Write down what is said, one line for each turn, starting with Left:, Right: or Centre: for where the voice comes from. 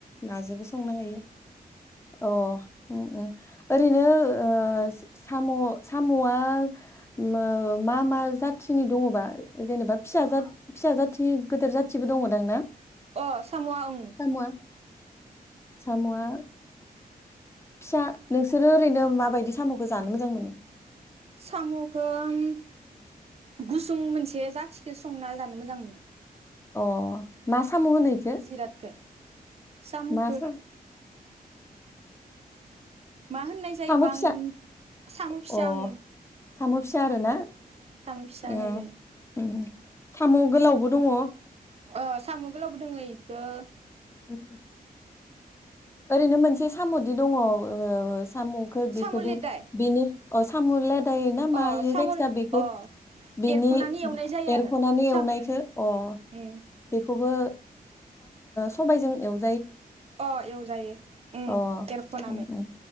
Left: नाजोंबो संनो हायो अ ओरैनो ओ साम' साम'आ मो मा मा जाथिनि दङबा जेनेबा बा फिसा जाट पिसा जाथि गोदोर जाथिबो दङदां ना
Right: अ सामआ ओम
Left: सामवा सामुवा फिसा नोंसोरो ओरैनो माबायदि सामखौ जानो मोजां मोनो
Right: साम'खोम गुसुं मोनसे जाथिखौ संना जानो मोजां मोनो
Left: अ मा साम होनो बेखौ
Right: जिरादखौ साम'खौ
Left: मा साम
Right: मा होननाय जायोबा
Left: साम' फिसा
Right: आं साम' फिसा
Left: अ
Right: उं
Left: साम फिसा आरो ना
Right: फिसा होनाय
Left: ओम
Right: जायो
Left: साम' गोलावबो दङ
Right: अ साम' गोलावबो दोङो इखौ
Left: उ ओरैनो मोनसे साम'दि दङ ओ साम'खो बेखोदि
Right: साम' लेदाय
Left: बिनि अ सा- साम' लादायोना
Right: अ
Left: मा इयो
Right: साम'
Left: जायखिजाया बेखौ
Right: अ
Left: बिनि
Right: एरख'नानै एवनाय जायो
Left: एरख'नानै
Right: आरो साम'
Left: एवनायखो अ
Right: उम
Left: बेखौबो सबायजों एव
Right: अ एव जायो ओम
Left: अ
Right: एरखनानै
Left: उम उम